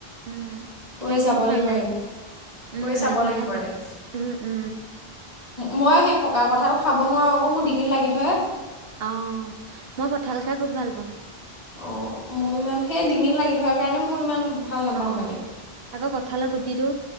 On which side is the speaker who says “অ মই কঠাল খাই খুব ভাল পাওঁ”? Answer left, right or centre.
Right